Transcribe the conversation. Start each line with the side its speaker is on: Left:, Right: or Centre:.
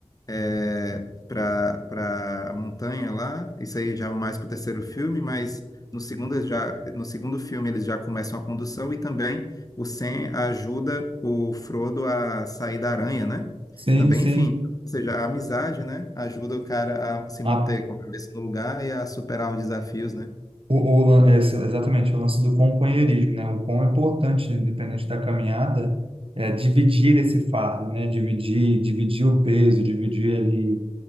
Left: é, para para a montanha lá. Isso aí já é mais para o terceiro filme, mas no segundo eles já no segundo filme eles já começam a condução e também o Sam ajuda o Frodo a sair da aranha, né?
Right: sim,
Left: Também,
Right: sim.
Left: enfim, ou seja, a amizade, né, ajuda o cara a se manter
Right: A,
Left: com a cabeça no lugar e a superar os desafios, né?
Right: o, o lan- esse- exatamente, o lance do companheirismo, né? O quão importante, independente da caminhada, é dividir esse fardo, né? Dividir, dividir o peso, dividir ali